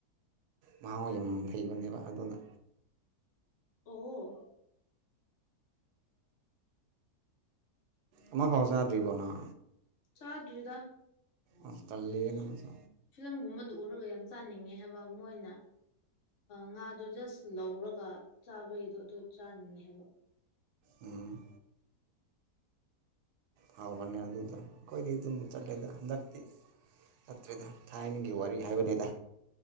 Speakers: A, on the right; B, on the left.
A: ꯃꯍꯥꯎ ꯌꯥꯝ ꯍꯦꯟꯕꯅꯦꯕ ꯑꯗꯨꯅ
B: ꯑꯣ
A: ꯑꯃꯐꯥꯎ ꯆꯗꯔꯤꯕꯣ ꯅꯪ
B: ꯆꯥꯗ꯭ꯔꯤꯗ
A: ꯑꯁ ꯇꯜꯂꯤꯍꯦ ꯅꯪꯁꯦ
B: ꯐꯤꯂꯝ ꯒꯨꯝꯕꯗꯨ ꯎꯔꯒ ꯌꯥꯝ ꯆꯥꯅꯤꯡꯉꯦ ꯍꯥꯏꯕ ꯃꯣꯏꯅ ꯉꯥꯗꯣ ꯖꯁ ꯂꯧꯔꯒ ꯆꯥꯕꯩꯗꯣ ꯑꯗꯨ ꯆꯥꯅꯤꯡꯉꯦ ꯍꯥꯏꯕ
A: ꯎꯝ ꯍꯥꯎꯕꯅꯦ ꯑꯗꯨꯗꯣ ꯑꯩꯈꯣꯏꯗꯤ ꯑꯗꯨꯝ ꯆꯠꯂꯦꯗ ꯍꯟꯗꯛꯇꯤ ꯆꯠꯇ꯭ꯔꯦꯗ ꯊꯥꯏꯅꯒꯤ ꯋꯥꯔꯤ ꯍꯥꯏꯕꯅꯤꯗ